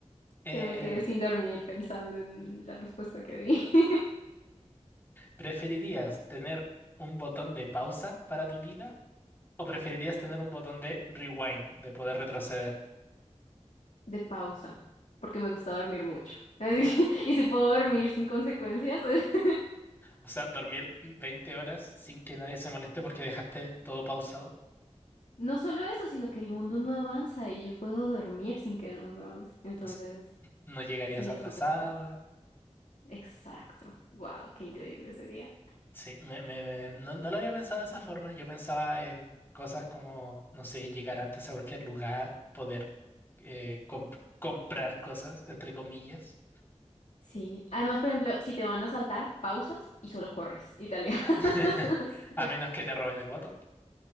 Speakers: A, on the left (about 20°); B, on the left (about 80°).
A: Eh,
B: Que no me quedé sin dormir pensando en la respuesta que di. <laughs>
A: ¿preferirías tener un botón de pausa para tu vida o preferirías tener un botón de rewind, de poder retroceder?
B: De pausa, porque me gusta dormir mucho. Así que- <laughs> y si puedo dormir sin consecuencias, <laughs>
A: O sea, dormir 20 horas sin que nadie se moleste porque dejaste todo pausado.
B: No solo eso, sino que el mundo no avanza y yo puedo dormir sin que el mundo avance. Entonces,
A: O sea, no llegarías
B: sería
A: atrasada.
B: súper útil. Exacto. Wow, qué increíble sería.
A: Sí, me, me- me- no, no lo había pensado de esa forma. Yo pensaba en cosas como, no sé, llegar antes a cualquier lugar, poder eh, comp- comprar cosas, entre comillas,
B: Sí. Además, por ejemplo, si te van a saltar, pausas y solo corres y te alejas. <laughs>
A: <laughs> a menos que te roben el botón.